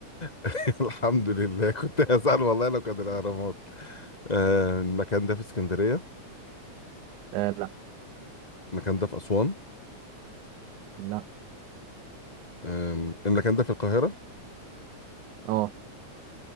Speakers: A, on the left; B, on the right.
A: <laughs> الحمد لله كنت هزعل والله لو كان الأهرامات آه، المكان ده في اسكندرية
B: آه لا
A: المكان ده في أسوان
B: لا
A: آم، المكان ده في القاهرة
B: اه